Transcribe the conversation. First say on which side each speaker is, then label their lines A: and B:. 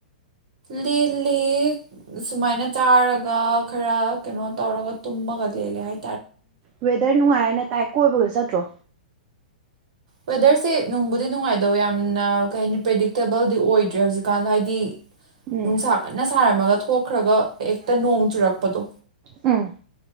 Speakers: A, on the right; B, on the right.
A: ꯂꯦꯜꯂꯦ ꯁꯨꯃꯥꯏꯅ ꯆꯥꯔꯒ ꯈꯔ ꯀꯩꯅꯣ ꯇꯧꯔꯒ ꯇꯨꯝꯃꯒ ꯂꯦꯜꯂꯦ ꯍꯥꯏ
B: ꯋꯦꯗꯔ ꯅꯨꯡꯉꯥꯏꯅ ꯇꯥꯏ ꯀꯣꯏꯕꯒ ꯆꯠꯇ꯭ꯔꯣ
A: ꯋꯦꯗꯔꯁꯦ ꯅꯨꯡꯕꯨꯗꯤ ꯅꯨꯡꯉꯥꯏꯗꯧ ꯌꯥꯝꯅ ꯀꯩ ꯍꯥꯏꯅꯤ ꯄ꯭ꯔꯦꯗꯤꯛꯇꯦꯕꯜꯗꯤ ꯑꯣꯏꯗ꯭ꯔꯦ ꯍꯧꯖꯤꯛꯀꯥꯟꯗ ꯍꯥꯏꯗꯤ
B: ꯎꯝ
A: ꯅꯨꯡꯁꯥ ꯀꯟꯅ ꯁꯥꯔꯝꯃꯒ ꯊꯣꯛꯈ꯭ꯔꯒ ꯍꯦꯛꯇ ꯅꯣꯡ ꯆꯨꯔꯛꯄꯗꯣ
B: ꯎꯝ